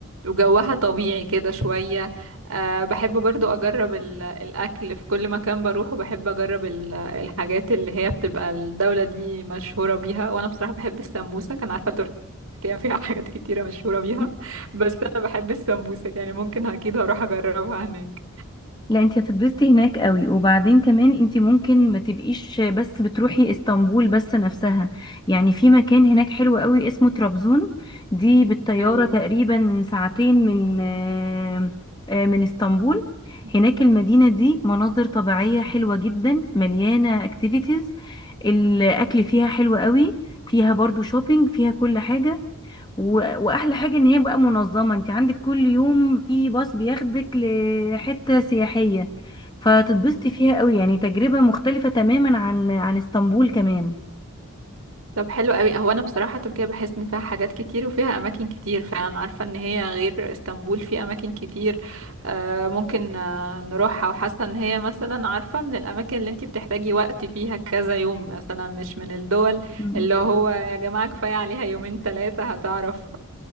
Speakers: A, on the right; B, on the left.
A: وجوها طبيعي كده شوية أه بحب برضو أجرب ال... الأكل في كل مكان بروحه بحب أجرب ال... الحاجات اللي هي بتبقى الدولة دي مشهورة بيها وأنا بصراحة بحب السمبوسة كان عارفة تركيا فيها حاجات كتيرة مشهورة بيها
B: ايه
A: بس أنا بحب السمبوسة يعني ممكن أكيد هروح أجربها هناك
B: لا انت هتتبسطي هناك قوي وبعدين كمان انت ممكن ما تبقيش بس بتروحي اسطنبول بس نفسها يعني في مكان هناك حلو قوي اسمه طرابزون دي بالطيارة
A: أيوة
B: تقريبا ساعتين من آه، آه، من اسطنبول
A: مم.
B: هناك المدينة دي مناظر طبيعية حلوة جدا مليانة اكتيفيتيز الاكل فيها حلو قوي فيها برضو شوبينج فيها كل حاجة و- واحلى حاجه ان هي بقى منظمه انت عندك كل يوم في باص بياخدك لحته سياحيه فتتبسطي
A: مم.
B: فيها قوي يعني تجربه مختلفه تماما عن عن اسطنبول كمان
A: طب حلو قوي هو انا بصراحه تركيا بحس ان فيها حاجات كتير وفيها اماكن كتير فعلا عارفه ان هي غير اسطنبول في اماكن كتير آه ممكن آه نروحها وحاسه ان هي مثلا عارفه من الاماكن اللي انتي بتحتاجي وقت فيها كذا يوم مثلا مش من الدول
B: مم.
A: اللي هو يا جماعه كفايه عليها يومين ثلاثه هتعرف